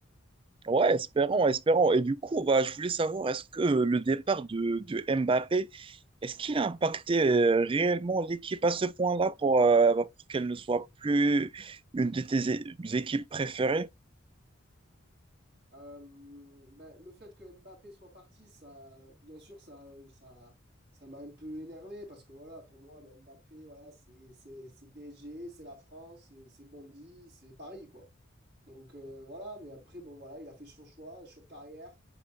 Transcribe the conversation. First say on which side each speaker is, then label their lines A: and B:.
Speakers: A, on the right (about 25°); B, on the right (about 55°).
A: Ouais, espérons, espérons. Et du coup, bah, je voulais savoir, est-ce que le départ de, de Mbappé, est-ce qu'il a impacté euh, réellement l'équipe à ce point-là pour, euh, bah, pour qu'elle ne soit plus une de tes é- équipes préférées?
B: Euh, ben, le fait que Mbappé soit parti, ça, bien sûr, ça, ça, ça m'a un peu énervé parce que voilà, pour moi, ben, Mbappé, voilà, c'est, c'est, c'est PSG, c'est la France, c'est c'est Bondy, c'est Paris, quoi. Donc euh, voilà, mais après, bon, voilà, il a fait son choix, choix de carrière.